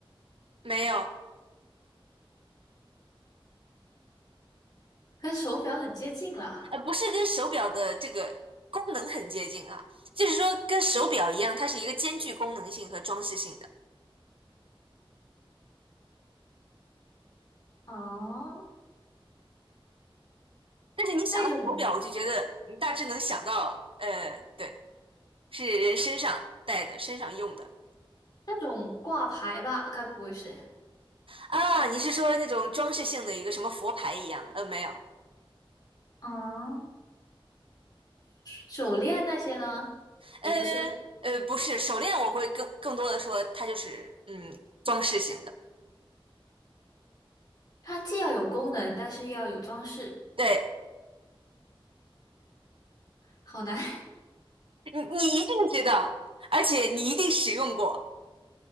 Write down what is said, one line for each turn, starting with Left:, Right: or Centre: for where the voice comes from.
Right: 没有。
Left: 跟手表很接近了
Right: 呃，不是跟手表的这个功能很接近啊，就是说跟手表一样，它是一个兼具功能性和装饰性的。
Left: 哦，
Right: 但是你想到手表，
Left: 那种
Right: 我就觉得你大致能想到，呃，对，是人身上戴的、身上用的
Left: 那种挂牌吧，该不会是？
Right: 啊。你是说那种装饰性的一个什么佛牌一样的呃，没有，
Left: 嗯，手链那些呢？也不是，
Right: 呃呃，不是手链，我会更更多的说它就是嗯装饰性的。
Left: 它既要有功能，但是又要有装饰，
Right: 对
Left: 好难。<laughs>
Right: 你，你一定知道，而且你一定使用过。